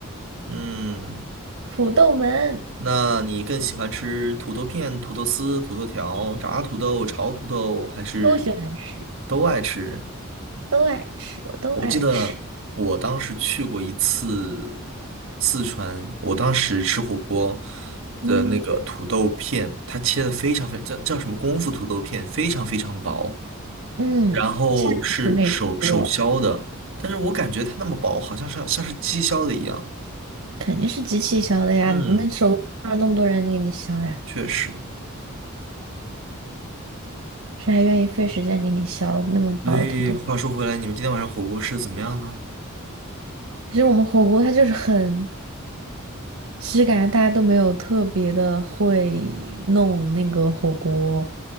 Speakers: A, on the right; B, on the right.
A: 嗯，
B: 土豆们
A: 那你更喜欢吃土豆片、土豆丝、土豆条、炸土豆、炒土豆，还是
B: 都喜欢吃。
A: 都爱吃？
B: 都爱吃，我都爱吃。
A: 我记得我当时去过一次四川，我当时吃火锅
B: 嗯，
A: 的那个土豆片，它切的非常非常叫叫什么功夫土豆片，非常非常薄，
B: 嗯，
A: 然后是手手削的，
B: 下次就可以吃了，
A: 但是我感觉它那么薄，好像是像是机削的一样。
B: 肯定是机器削的呀。
A: 嗯，
B: 那手工哪有那么多人给你削呀？
A: 确实。
B: 谁还愿意费时间给你削那么薄的土豆？
A: 所以话说回来，你们今天晚上火锅吃的怎么样呢？
B: 其实我们火锅它就是很，其实感觉大家都没有特别的会弄那个火锅，